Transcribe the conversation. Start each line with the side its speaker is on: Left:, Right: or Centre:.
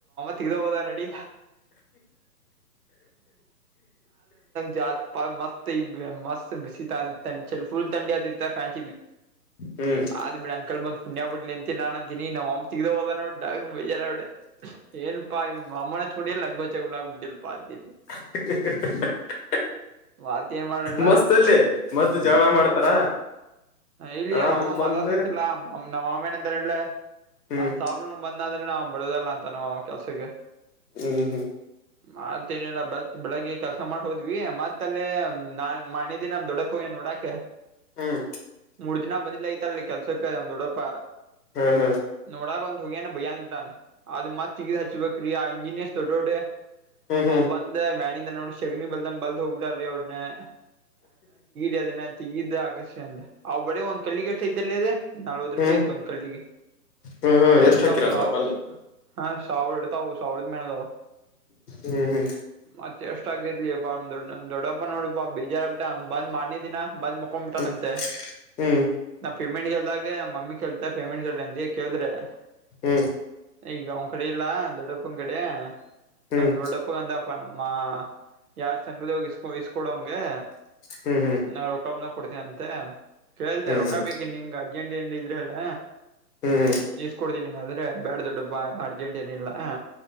Right: ತಿಗ್ದೆ ಹೋದ ನೆಡಿ ಜತ್ ಮತ್ ಈ ಮತ್ ಬಿಸಿತ ಫುಲ್ ತಂಡಿ ಆದಿ ಫ್ಯಾನ್
Left: ಹ್ಮ್
Right: ಆದ್ ಬಿಡಿ ಅಂಕಲ್ ಬಂದ್ ಪುಣ್ಯ ಬಿಡ್ಲಿ ಅಂತಿ ನಾನನ್ ಅಂತಿನಿ ನಮ್ಮ್ಮ್ಮ ತಗ್ದ ಹೋದ ನೋಡ್ನ ಬೇಜಾರ ಆಗ್ಬಿಟ್ಟಿದೆ ಏನ್ ಪ್ಪ ಅಮ್ಮನ ಮುಡಲ್ಲ ಲಂಗವ ಚೆಕ ಇಲ್ಲಪ್ಪ ಅಂತಿದೆ
Left: <unintelligible>
Right: ಮಾತ್ ಏನ್ ಮಾಡಲ್ಲ
Left: ಮಸ್ತ ಅಲ್ಲಿ ಮತ್ತ ಜಳ ಮಾಡ್ತಾರ
Right: ಇಲ್ಲಿಯ
Left: ಆಮೇಲೆ
Right: ಮಾಮ ಮಾತಾಡ್ತಿಸ್ತಿಲ್ಲ
Left: ಬಂದು
Right: ನಮ್ಮ ಅಮ್ಮ ಏನಂತಾರೆಲೇ
Left: ಹ್ಮ್
Right: ಹ ಸಾಬ್ರುಆವ ಬಂದ ಅಂದ್ರೆ ನಮ್ಮ ಅಮ್ಮ ಬಿಡೋದಿಲ್ಲ ಅಂತಾನೆ ಅವ್ನ್ ಕ್ಲಾಸಿಗೆ
Left: ಹೂ ಹೂ
Right: ಮತ್ತೇನಿಲ್ಲ ಬತ್ ಬೆಳಗ್ಗೆ ಕೆಲಸ ಮಾಡ್ ಹೋದ್ವಿ ಮತ್ತ ಅಲ್ಲೇ ನಾ ಮಣ್ಣಿ ದಿನ ದೊಡ್ಡಪ್ ಗೆ ನೋಡಕೆ
Left: ಹ್ಮ್
Right: ಮೂರ ದಿನ ಬಂದಿಲಾಯ ಲ್ಲಿ ಕೆಲ್ಸಕ್ಕೆ ನಮ್ ದೊಡ್ಡಪ್ಪ
Left: ಹ್ಮ್ ಹ್ಮ್
Right: ನೋಡಾಗ ಒಂದ ಹೋಗನ ಬ್ಯಾನ್ ನಿಂತನ್ ಅದ್ ಮತ್ತ ತಗಿದ್ ಹಚ್ಚಬೇಕು ಪ್ರ್ರಿಯಾ ಇಂಜಿನಿಯರ್ಸ <unintelligible> <unintelligible>
Left: ಹ್ಮ್ ಹ್ಮ್
Right: ನಿಂದು ನೋಡಿ ಶಗನಿ ಬಲ್ ಬಲ್ದ ಹೋಗ್ಬಿಟಿ <unintelligible> <unintelligible> ಚಂದ ಅವ ಬಳಿ ಒಂದ್ ಕಳ್ಳಿಗೆ ಎಷ್ಟ ಐತಲೆ ಆದ ನಲ್ವತ್
Left: ಹ್ಮ್
Right: ರೂಪಾಯಿ ಐತ್ ಒಂದ್ ಕಲ್ಲಿಿಗೆ
Left: ಹ್ಮ್ ಹ್ಮ್
Right: ಅಂತ
Left: ಎಷ್ಟ್ ಹಾಕಿರಂತ
Right: ಸಾವಿರ
Left: ಕಲ್ಲು
Right: ಹ ಸಾವಿರ ಇಡ್ತಾವ ಸಾವಿರದ ಮ್ಯಾಲ ಅದಾವ
Left: ಹ್ಮ್ ಹ್ಮ್
Right: ಮತ್ತೆಷ್ಟ ಆಗರ್ಲಿ ದೊಡ್ ದೊಡ್ಡಪ್ಪ ನೋಡಾ ಬೇಜಾರ ಆಗಿ ಬಿಟ್ಟಟ ಅ ಬಂದ ಮಾರಾನೆ ದಿನಾ ಬಂದ್ ಮಕ್ಕೊಂಡ್ಬಿಟ್ಟನಂತ
Left: ಹ್ಮ್ ಹ್ಮ್
Right: <unintelligible> <unintelligible>
Left: ಹ್ಮ್
Right: ಈಗ ಅವ್ನ ಕಡೆ ಇಲ್ಲ ದೊಡ್ಡಪ್ಪನ ಕಡೆ
Left: ಹ್ಮ್
Right: ನಾನು ದೊಡ್ಡಪ್ಪ ಪಾ ಅಂದ ಪ್ಪ ನಮ್ಮ ಯಾರ್ ಸಂಗದ ಇಸ್ಕ ಇಸ್ಕೊಡಗೆ
Left: ಹ್ಮ್
Right: ನಾಲಕಂ <unintelligible> ಥೇ ಕೇಳ್ತ
Left: ಹ್ಮ್
Right: ರೊಕ್ಕಾ
Left: ಹ್ಮ್ ಹ್ಮ್
Right: ಬೇಕಿ ನಿಂಗ ಅರ್ಜೆಂಟೀನ್ ಇದ್ರ ಅಲ್ಲ
Left: ಹ್ಮ್ ಹ್ಮ್
Right: ನೀಸ್ ಕೊೊಡ್ತೀನಿಂಗ ಅ ಆದ್ರೆ ಬ್ಯಾಡ ದೊಡ್ಡಪಾ ಅರ್ಜೆಂಟ್ ಏನಿಲ್ಲ ಹಾ